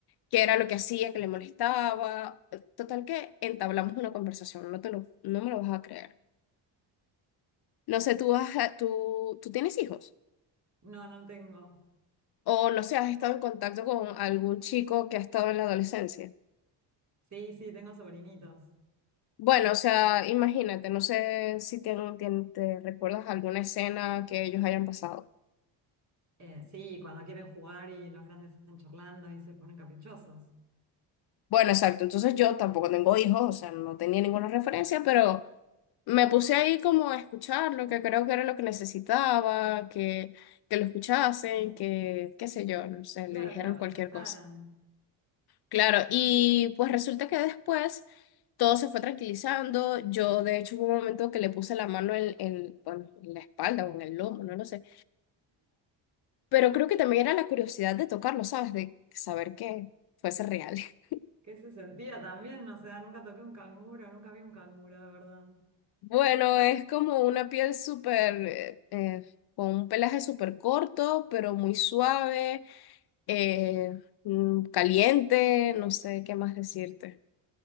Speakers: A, on the left (about 55°); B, on the right (about 35°).
A: qué era lo que hacía, que le molestaba. Total que entablamos una conversación, no te lo, no me lo vas a creer. No sé, tú, has, tú, tú tienes hijos
B: No, no tengo.
A: o, no sé, has estado en contacto con algún chico que ha estado en la adolescencia.
B: Sí, sí, tengo sobrinitos.
A: Bueno, o sea, imagínate, no sé si tienen- tien- te recuerdas alguna escena que ellos hayan pasado.
B: Eh, sí, cuando quieren jugar y los grandes están charlando y se ponen caprichosos.
A: Bueno, exacto, entonces yo tampoco tengo hijos, o sea, no tenía ninguna referencia, pero me puse ahí como a escuchar lo que creo que era lo que necesitaba, que, que lo escuchasen, que, qué sé yo, no sé,
B: Claro
A: le dijeran
B: que lo aconsejaran.
A: cualquier cosa. Claro, y pues resulta que después todo se fue tranquilizando, yo de hecho hubo un momento que le puse la mano en, en, bueno, en la espalda o en el lomo, no lo sé Pero creo que también era la curiosidad de tocarlo, ¿sabes? De saber que fuese real. <laughs>
B: ¿Qué se sentía también? O sea, nunca toqué un canguro, nunca vi un canguro, de verdad.
A: Bueno, es como una piel súper, eh, eh, con un pelaje súper corto, pero muy suave, eh, mm, caliente, no sé qué más decirte.